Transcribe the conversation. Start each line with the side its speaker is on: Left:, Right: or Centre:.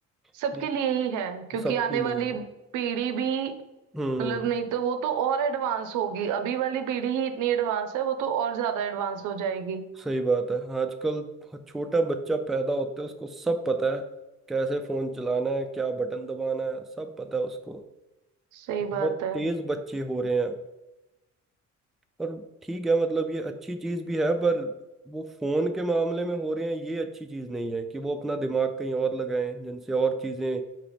Right: सबके
Centre: कि
Right: लिए ही है क्योंकि
Centre: सबके
Right: आने वाली
Centre: लिए
Right: पीढ़ी भी
Centre: हम्म
Right: मतलब नहीं तो वो तो और एडवांस होगी अभी वाली पीढ़ी ही इतनी एडवांस है वो तो और ज्यादा एडवांस हो जाएगी
Centre: सही बात है आजकल छोटा बच्चा पैदा होते है उसको सब पता है कैसे फोन चलाना है क्या बटन दबाना है सब पता है उसको
Right: सही
Centre: बहुत
Right: बात है
Centre: तेज बच्चे हो रहे हैं और ठीक है मतलब ये अच्छी चीज भी है पर वो फोन के मामले में हो रहे हैं ये अच्छी चीज नहीं है कि वो अपना दिमाग कहीं और लगाएं जिनसे और चीजें